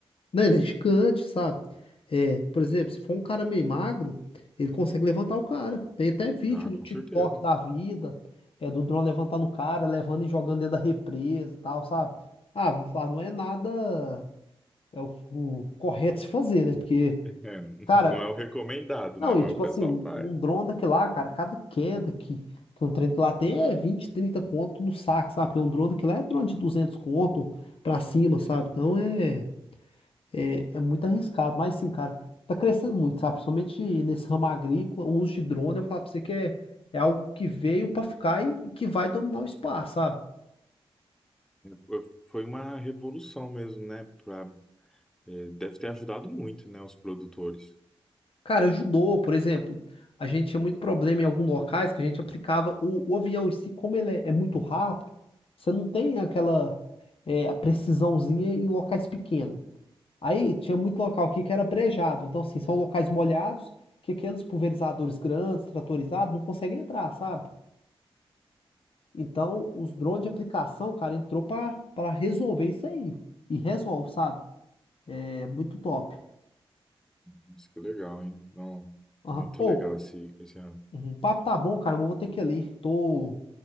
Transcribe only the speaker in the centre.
Ah,
com
certeza.
<laughs> É, n-
não é o recomendado,
né? Mas
o pessoal
faz.
Foi foi uma revolução mesmo, né? Pra, é, deve ter ajudado muito, né? Os produtores.
Nossa, que legal, hein? Não,
muito
legal esse, esse